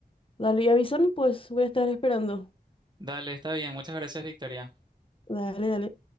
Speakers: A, on the left (about 30°); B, on the right (about 25°).
A: Dale y avísame, pues voy a estar esperando.
B: Dale, está bien, muchas gracias, Victoria.
A: Dale, dale.